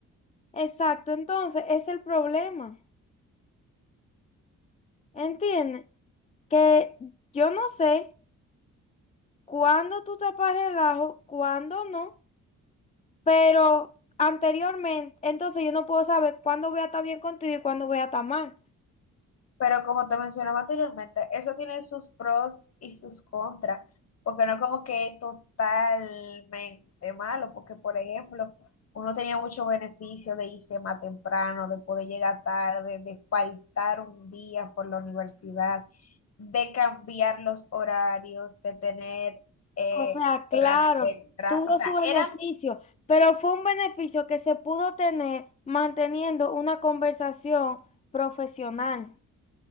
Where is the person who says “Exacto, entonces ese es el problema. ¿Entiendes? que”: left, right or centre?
Left